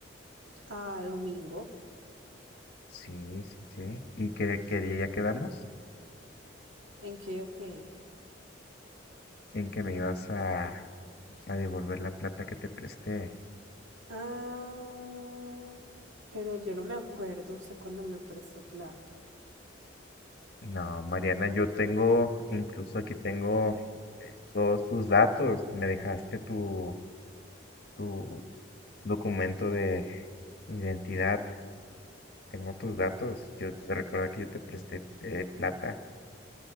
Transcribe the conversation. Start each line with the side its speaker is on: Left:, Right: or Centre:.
Right: Ah, domingo.
Left: Sí, sí, sí. ¿Y qué, qué día quedamos?
Right: ¿En qué o qué?
Left: En que me ibas a, a devolver la plata que te presté.
Right: Ah, pero yo no me acuerdo usted cuándo me prestó plata.
Left: No, Mariana, yo tengo, incluso aquí tengo eh, todos tus datos. Me dejaste tu, tu documento de identidad. Tengo tus datos. Yo te recuerdo que yo te presté eh, plata.